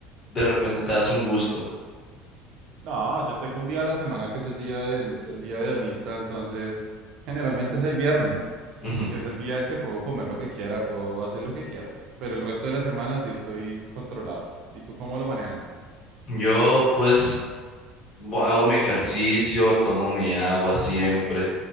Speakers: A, on the left (about 25°); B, on the right (about 45°).
A: de repente te das un gusto?
B: No, yo tengo un día a la semana que es el día del, el día hedonista, entonces generalmente es el viernes,
A: Ujú.
B: que es el día en que puedo comer lo que quiera, puedo hacer lo que quiera. Pero el resto de la semana sí estoy controlado. ¿Y tú cómo lo manejas?
A: Yo pues bo- hago mi ejercicio, tomo mi agua siempre,